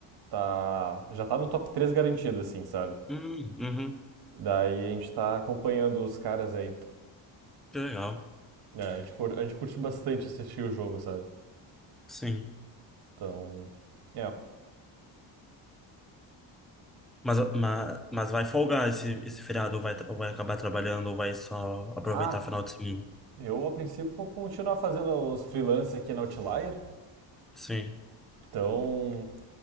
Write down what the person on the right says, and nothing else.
Tá, já tá no top 3 garantido, assim, sabe?
Daí a gente tá acompanhando os caras aí.
É, a gente, cur- a gente curte bastante assistir o jogo, sabe?
Então, é.
Ah,
eu a princípio vou continuar fazendo os freelance aqui na Outlier.
Então,